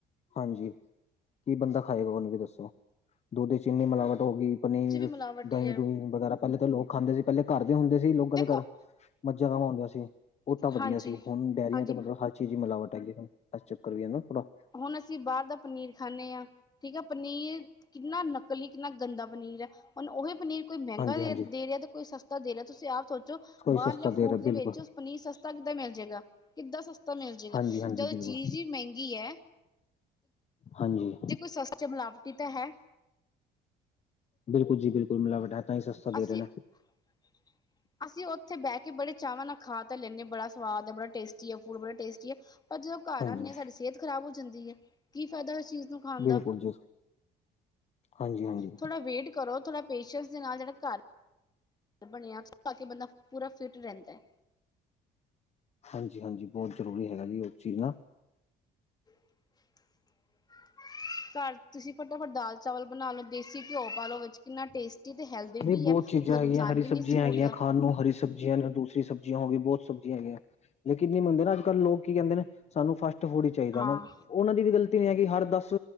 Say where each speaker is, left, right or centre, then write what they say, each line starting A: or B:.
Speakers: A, on the left; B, on the left.
A: ਹਾਂਜੀ, ਕੀ ਬੰਦਾ ਖਾਏਗਾ ਹੁਣ ਏਹ ਦੱਸੋ? ਦੁੱਦ ਚ ਕਿੰਨੀ ਮਿਲਾਵਟ ਹੋ ਗੀ ਪਨੀਰ,
B: 'ਚ ਵੀ ਮਿਲਾਵਟ ਹੀ
A: ਦਹੀਂ-ਦੂਹੀਂ
B: ਹੈ।
A: ਵਗੈਰਾ ਪੈਲੇ ਤੇ ਲੋਕ ਖਾਂਦੇ ਸੀ। ਪੈਲੇ ਘਰ ਦੇ ਹੁੰਦੇ ਸੀ ਲੋਕਾਂ
B: ਦੇਖੋ
A: ਦੇ ਘਰ ਮੱਝਾਂ, ਗਾਵਾਂ ਹੁੰਦੀਆਂ ਸੀ, ਓ ਤਾਂ ਵਦੀਆ
B: ਹਾਂਜੀ
A: ਸੀ, ਹੁਣ ਡੇਅਰੀਆਂ
B: ਹਾਂਜੀ
A: ਤੇ ਮਤਲਬ ਹਰ ਚੀਜ਼ ਈ ਮਿਲਾਵਟ ਹੈਗੀ ਐ। ਏਸ ਚੱਕਰ ਵੀ ਐ ਨਾ ਥੋਡਾ।
B: ਹੁਣ ਅਸੀਂ ਬਾਰ ਦਾ ਪਨੀਰ ਖਾਨੇ ਆਂ। ਠੀਕ ਐ ਪਨੀਰ ਕਿੰਨਾ ਨਕਲੀ ਕਿੰਨਾ ਗੰਦਾ ਪਨੀਰ ਐ, ਹੁਨ ਓਹੀ ਪਨੀਰ ਕੋਈ ਮੈਂਗਾ
A: ਹਾਂਜੀ
B: ਦੇ
A: ਹਾਂਜੀ
B: ਦੇ ਰਿਆ ਤੇ ਕੋਈ ਸਸਤਾ ਦੇ ਰਿਆ ਤੁਸੀਂ ਆਪ ਸੋ ਚੋ
A: ਕੋਈ
B: ਬਾਰਲੇ
A: ਸਸਤਾ
B: ਫੂਡ
A: ਰਿਹਾ
B: ਦੇ
A: ਬਿਲਕੁਲ
B: ਵਿੱਚ ਪਨੀਰ ਸਸਤਾ ਕਿੱਦਾਂ ਮਿਲ ਜੇਗਾ। ਕਿੱਦਾਂ ਸਸਤਾ ਮਿਲ ਜੇਗਾ,
A: ਹਾਂਜੀ ਹਾਂਜੀ
B: ਜਦੋਂ
A: ਬਿਲਕੁਲ
B: ਚੀਜ਼ ਈ ਮੈਂਗੀ ਐ।
A: ਹਾਂਜੀ।
B: ਜੇ ਕੋਈ ਸਸ ਚ ਮਿਲਾਵਟ ਈ ਤਾਂ ਹੈ।
A: ਬਿਲਕੁਲ ਜੀ ਬਿਲਕੁਲ, ਮਿਲਾਵਟ ਹੈ ਤਾਂ ਈ ਸਸਤਾ ਦੇ
B: ਅਸੀਂ
A: ਰਏ ਨੇ।
B: <inaudible> ਅਸੀਂ ਓਥੇ ਬੈਅ ਕੇ ਬੜੇ ਚਾਵਾਂ ਨਾ ਖਾ ਤੇ ਲੈਨੇ ਆ ਬੜਾ ਸਵਾਦ ਐ, ਬੜਾ ਟੇਸਟੀ ਏ, ਫੂਡ ਬੜਾ ਟੇਸਟੀ ਏ। ਪਰ ਜਦੋਂ ਘਰ
A: ਹਾਂਜੀ
B: ਆਨੇ ਆਂ ਸਾਡੀ ਸੇਤ ਖਰਾਬ ਹੋ ਜੰਦੀ ਏ, ਕੀ ਫੈਦਾ ਏਸ ਚੀਜ਼ ਨੂੰ ਖਾਣ
A: ਬਿਲਕੁਲ
B: ਦਾ,
A: ਜੀ ਹਾਂਜੀ ਹਾਂਜੀ
B: ਥੋੜਾ ਵੇਟ ਕਰੋ ਥੋੜਾ ਪੇਸ਼ੈਂਸ ਦੇ ਨਾਲ ਜੇੜਾ ਘਰ ਬਣੇਆ ਖਾ ਕੇ ਬੰਦਾ ਪੂਰਾ ਫਿਟ ਰੈਂਦਾ ਏ।
A: ਹਾਂਜੀ-ਹਾਂਜੀ, ਬੋਤ ਜ਼ਰੂਰੀ ਹੈਗਾ ਜੀ ਓ ਚੀਜ਼ ਨਾ
B: <inaudible> ਘਰ ਤੁਸੀਂ ਫਟਾਫਟ ਦਾਲ-ਚਾਵਲ ਬਣਾ ਲੋ ਦੇਸੀ ਘਿਓ ਪਾ ਲੋ ਵਿੱਚ ਕਿੰਨਾ ਟੇਸ ਟੀ ਤੇ ਹੈਲਦੀ ਵੀ
A: ਨਹੀਂ ਬਹੁਤ
B: ਐ,
A: ਚੀਜ਼ਾਂ
B: ਕੋਈ
A: ਹੈਗੀਆਂ
B: ਨੁਕਸਾਨ
A: ਹਰੀ
B: ਵੀ
A: ਸਬਜ਼ੀਆਂ
B: ਨੀ ਇਸ ਫੂਡ
A: ਹੈਗੀਆਂ
B: ਦਾ।
A: ਖਾਣ ਨੂੰ ਹਰੀ ਸਬਜੀਆਂ ਨੇ ਦੂਸਰੀ ਸਬਜੀਆਂ ਹੋ ਗਈ ਬੋਤ ਸਬਜੀਆਂ ਹੈਗੀਆਂ। ਲੇਕਿਨ ਨਈਂ ਮੰਨਦੇ ਨਾ ਅੱਜ-ਕੱਲ ਲੋਕ ਕੀ ਕੈਂਦੇ ਨੇ, ਸਾਨੂੰ ਫਾਸਟ-ਫੂਡ ਈ ਚਾਈਦਾ।
B: ਹਾਂ
A: ਓਨਾਂ ਦੀ ਵੀ ਗਲਤੀ ਨੀ ਹੈਗੀ ਹਰ ਦੱਸ